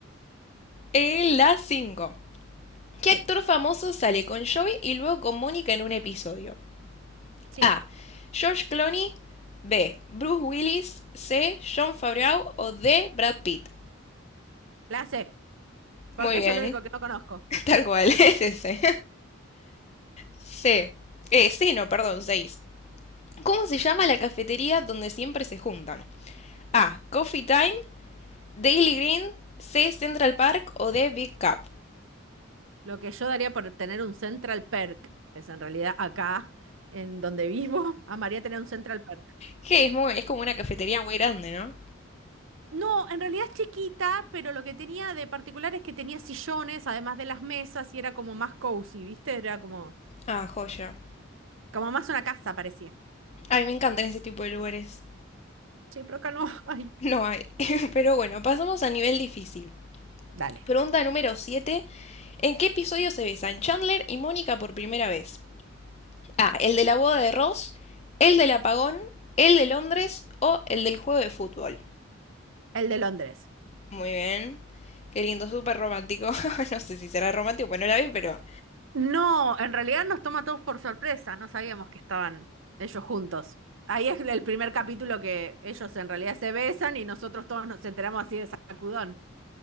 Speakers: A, on the left (about 30°); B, on the right (about 70°).
A: E la 5. ¿Qué
B: Sí,
A: actor famoso sale con Joey y luego con Mónica en un episodio?
B: sí,
A: A. George Clooney. B. Bruce Willis. C. John Favreau. O D. Brad Pitt.
B: la sé, porque
A: Muy bien.
B: es el único que no conozco.
A: <laughs> Tal cual. <laughs> Es ese. C. Eh, sí, no, perdón, 6. ¿Cómo se llama la cafetería donde siempre se juntan? A. Coffee Time, Daily Green, C. Central Park o D. Big Cup.
B: Lo que yo daría por tener un Central Perk, es en realidad acá en donde vivo, <laughs> amaría tener un Central Perk.
A: Que es, muy- es como una cafetería muy grande, ¿no?
B: No, en realidad es chiquita, pero lo que tenía de particular es que tenía sillones, además de las mesas, y era como más cozy, ¿viste? Era como,
A: Ah, joya.
B: como más una casa, parecía.
A: Ay, me encantan ese tipo de lugares.
B: Sí, pero acá no <laughs> hay.
A: No hay. <laughs> Pero bueno, pasamos a nivel difícil.
B: Dale,
A: Pregunta número 7. ¿En qué episodio se besan Chandler y Mónica por primera vez? A. El de la boda de Ross, el del apagón, el de Londres o el del juego de fútbol.
B: el de Londres.
A: Muy bien. Qué lindo, súper romántico. <laughs> no sé si será romántico, pues no la vi, pero...
B: No, en realidad nos toma a todos por sorpresa, no sabíamos que estaban ellos juntos. Ahí es el primer capítulo que ellos en realidad se besan y nosotros todos nos enteramos así de sacudón.